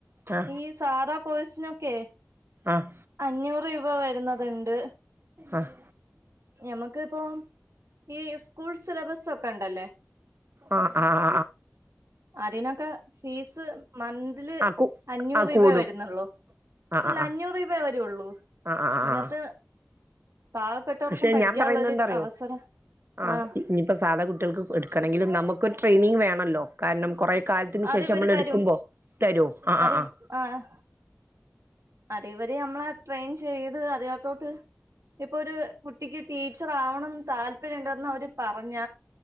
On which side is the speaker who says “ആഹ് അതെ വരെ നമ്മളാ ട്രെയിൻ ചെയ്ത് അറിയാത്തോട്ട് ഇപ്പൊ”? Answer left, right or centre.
Right